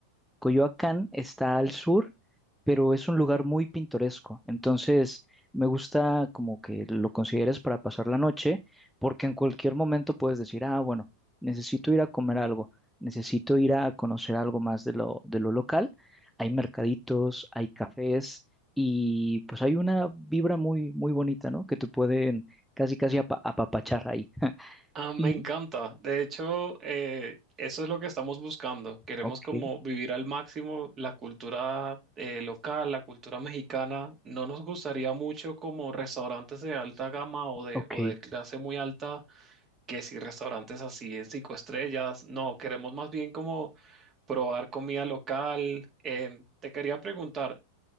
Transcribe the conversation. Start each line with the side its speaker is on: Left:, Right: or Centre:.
Centre: Coyoacán está al sur, pero es un lugar muy pintoresco. Entonces, me gusta como que lo consideres para pasar la noche, porque en cualquier momento puedes decir, ah, bueno, necesito ir a comer algo, necesito ir a conocer algo más de lo, de lo local. Hay mercaditos, hay cafés y pues hay una vibra muy, muy bonita, ¿no? Que te pueden casi, casi apa- apapachar ahí. <laughs>
Right: Ah, me
Centre: Y,
Right: encanta, de hecho, eh, eso es lo que estamos buscando, queremos
Centre: ok,
Right: como vivir al máximo la cultura eh, local, la cultura mexicana, no nos gustaría mucho como restaurantes de alta gama o de,
Centre: ok.
Right: o de clase muy alta que si restaurantes así de cinco estrellas, no, queremos más bien como probar comida local. Em, te quería preguntar,